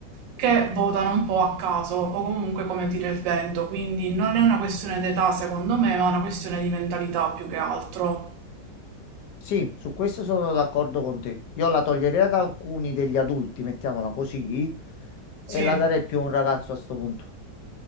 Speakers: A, on the right; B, on the left.
A: che votano un po' a caso o comunque come tira il vento, quindi non è una questione d'età secondo me, ma è una questione di mentalità più che altro.
B: Sì, su questo sono d'accordo con te. Io la toglierei ad alcuni degli adulti, mettiamola così, e
A: Sì,
B: la darei più a un ragazzo a sto punto.